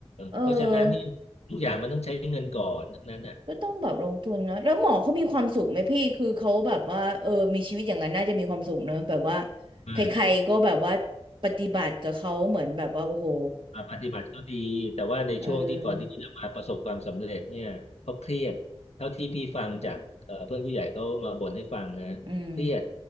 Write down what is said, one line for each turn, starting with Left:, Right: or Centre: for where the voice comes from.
Right: เออ
Left: เพราะฉะนั้นนี่ทุกอย่างมันต้องใช้เงินก่อนทั้งนั้นอ่ะ
Right: ก็ต้องแบบลงทุนเนอะแล้วหมอเขามีความสุขไหมพี่คือเขาแบบว่าเออมีชีวิตอย่างนั้นน่าจะมีความสุขเนอะแบบว่า
Left: ใช่
Right: ใครๆก็แบบว่าปฏิบัติกับเขาเหมือนแบบว่าโอ้โห
Left: อ่าปฏิบัติก็ดีแต่ว่าในช่วงที่ก่อนที่เขาจะมาประสบความสำเร็จเนี่ยเขาเครียดเท่าที่พี่ฟังจากเอ่อเพื่อนผู้ใหญ่เขามาบ่นให้ฟังนะเครียด
Right: เอออืม